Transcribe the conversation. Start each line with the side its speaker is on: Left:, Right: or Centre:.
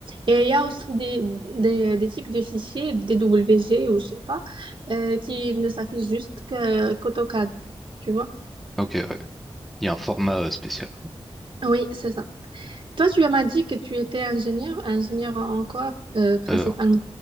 Right: Et il y a aussi des, des, des types de fichiers, DWG ou je sais pas euh, qui ne s'affiche juste que, qu'AutoCAD, tu vois?
Centre: Ok, ouais. Il y a un format euh, spécial.
Right: Oui, c'est ça. Toi, tu m'as dit que tu étais ingénieur. Ingénieur en quoi, euh, principalement?
Centre: Euh,